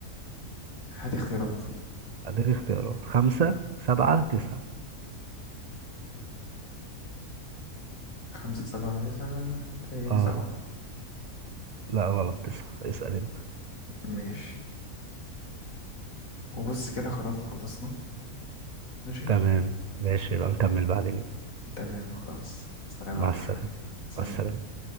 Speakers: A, on the left; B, on the right.
A: هات اختيارات
B: اديك اختيارات خمسة سبعة تسعة
A: خمسة سبعة تسعة ايه
B: اه
A: سبعة
B: لا غلط تسعة اسأل انت
A: ماشي وبص كده خلاص خلصنا ماشي
B: تمام ماشي يبقى نكمل بعدين
A: تمام خلاص سلام
B: مع
A: يا عبد
B: السلامة
A: الرحمن سلام
B: مع السلامة